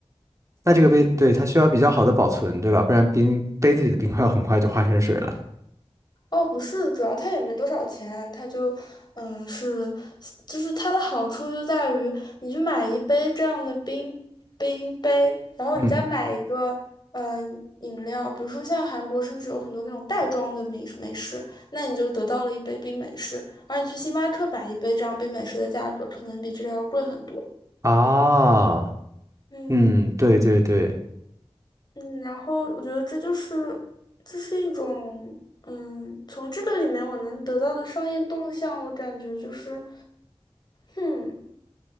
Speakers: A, on the right; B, on the left.
A: 那这个杯，
B: 嗯。
A: 对，它需要比较好的保存，对吧？不然冰杯子里的冰块很快就化成水了。
B: 哦，不是，主要它也没多少钱，它就，嗯，是，就是它的好处就在于，你去买一杯这样的冰冰杯，然后你再买一个，
A: 嗯。
B: 嗯、饮料，比如说像韩国甚至有很多那种袋装的美美式，那你就得到了一杯冰美式，而你去星巴克买一杯这样冰美式的价格，可能比这个要贵很多。
A: 啊，
B: 嗯。
A: 嗯，对对对，
B: 嗯，然后我觉得这就是，这是一种，嗯，从这个里面我能得到的商业动向，我感觉就是，嗯，